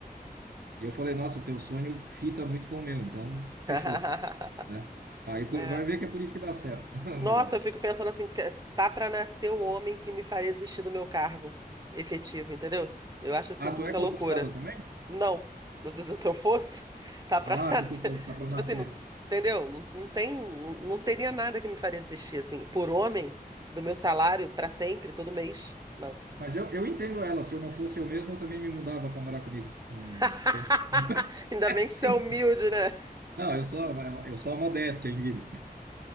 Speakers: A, on the right (about 80°); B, on the right (about 25°).
A: E eu falei, nossa, teu sonho fita muito com o meu, então fechou,
B: <laughs>
A: né? Aí por-
B: É.
A: vai ver que é por isso que dá certo <laughs> o
B: Nossa,
A: negócio.
B: eu fico pensando assim, que- tá pra nascer o homem que me faria desistir do meu cargo efetivo, entendeu? Eu acho assim
A: Ah,
B: muita
A: tu é concursada
B: loucura.
A: também?
B: Não, mas <laughs> se se eu fosse, tá pra
A: Ah,
B: nascer.
A: se tu fosse, dá
B: <laughs>
A: para
B: Tipo
A: nascer.
B: assim, não, entendeu? Não, não tem, não, não teria nada que me faria desistir assim, por homem, do meu salário pra sempre, todo mês. Não.
A: Mas eu, eu entendo ela, se eu não fosse eu mesmo, eu também me mudava para morar comigo. Hum,
B: <laughs>
A: sem... <laughs>
B: Ainda bem que
A: sim
B: você é humilde, né?
A: Não, eu sou, eu sou a modéstia em vida.